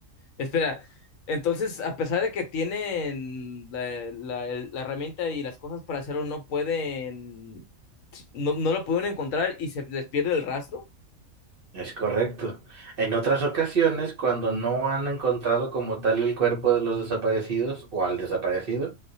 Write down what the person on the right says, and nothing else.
Es correcto. En otras ocasiones, cuando no han encontrado como tal el cuerpo de los desaparecidos o al desaparecido,